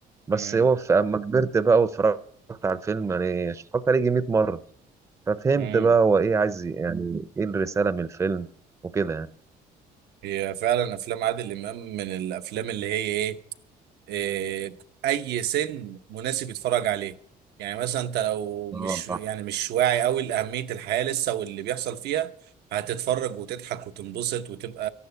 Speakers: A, on the right (about 15°); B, on the right (about 75°).
A: بس
B: امم
A: هو في اما كبرت بقى واتفرجت على الفيلم يعني اتفرجت عليه يجي 100 مرة ففهمت
B: امم
A: بقى هو ايه عايز يعني ايه الرسالة من الفيلم وكده يعني
B: هي فعلا افلام عادل امام من الافلام اللي هي ايه آه، اي سن مناسب يتفرج عليه يعني مثلا انت لو مش
A: اه
B: يعني
A: صح
B: مش واعي قوي لاهميه الحياه لسه واللي بيحصل فيها هتتفرج وتضحك وتنبسط وتبقى